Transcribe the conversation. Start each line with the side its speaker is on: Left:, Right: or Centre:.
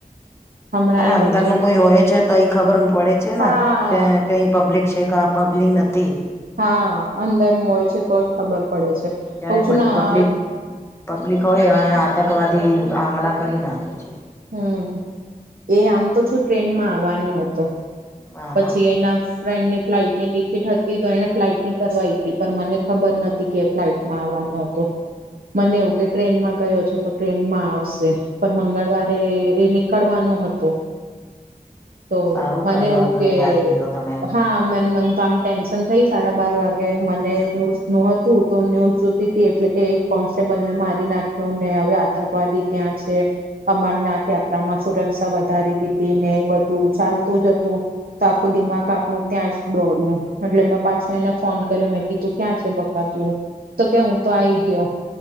Right: હમણાં
Left: હા
Right: એ
Left: અંદર
Right: બધું
Left: ન કોઈ હોય છે તો એઈ ખબર પડે છે
Right: હા
Left: ને કે કંઈ પબ્લિક છે કા પબ્લિક નથીતી.
Right: હા અંદરનું હોય છે તો જ ખબર પડે છે.
Left: જાય
Right: કઉ છું ના
Left: પબ્લિક પબ્લિક હોય અ આતંકવાદી હમલા કરી નાખે છે.
Right: હમ એ આમ તો શું ટ્રેનમાં આવવાનો હતો.
Left: હા
Right: પછી
Left: હા
Right: એના ફ્રેન્ડની ફ્લાઇટ ની ટિકિટ હતી તો એને ફ્લાઇટ ની કરવાઈ હતી પણ મને ખબર નતી કે ફ્લાઈટમાં આવવાનો હતો. મને એવું કે ટ્રેનમાં ગયો છે. તો ટ્રેનમાં આવશે પણ મંગળવારે એ નીકળવાનો હતો. તો
Left: સારું
Right: મને
Left: કર્યો
Right: એવું
Left: ઘરે
Right: કે
Left: આવી ગયો તમે
Right: હા મન મન તો આમ ટેન્શન થઈ સાડા બાર વાગે મને ન્યૂઝ નું હતું તો ન્યૂઝ જોતી હતી એટલે કે એક કોન્સ્ટેબલ ને મારી નાખ્યું ને હવે આતંકવાદી ત્યાં છે અમરનાથ માં સુરક્ષા વધારી દીધી ને બધું ચાલતું જ હતું. તો આખું દિમાગ આપણું ત્યાં જ દોડ્યું. એટલે મેં પાછું એને ફોન કર્યો મે કે તું ક્યાં છે બકાતું તો કે હું તો આઈ ગયો.